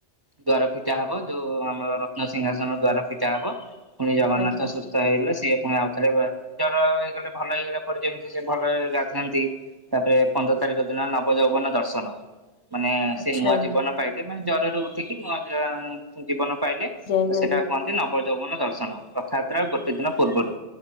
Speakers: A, on the right; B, on the left.
A: ଦ୍ଵାର ଫିଟା ହବ ଯୋଉ ଆମର ରତ୍ନସିିଂହାସନ ଦ୍ଵାର ଫିଟା ହବ। ପୁଣି ଜଗନ୍ନାଥ
B: ଆଜ୍ଞା ଆଜ୍ଞା
A: ସୁସ୍ଥ ହେଇଲେ ସଁ ସିଏ ପୁଣି ଆଉଥରେ ଜର ହେଇଗଲେ ଭଲ ହେଇଗଲା ପରେ ଯେମିତି ସେ ଭଲ ରେ ଗାଧାନ୍ତି ତାପରେ ପନ୍ଦର ତାରିଖ ଦିନ ନବ ଯୌବନ ଦର୍ଶନ, ମାନେ
B: ଆଚ୍ଛା
A: ସେ ନୂଆ ଜୀବନ ପାଇବେ। ମାନେ ଜ୍ୱରରେ ଉଠିକି ନୂଆ ଦିଅ ଜୀବନ ପାଇଲେ
B: ଆଜ୍ଞା
A: ତ ସେଇଟା କୁହନ୍ତି ନବ ବ ଯୌବନ ଦର୍ଶନ, ରଥଯାତ୍ରା ଗୋଟେ ଦିନ ପୂର୍ବରୁ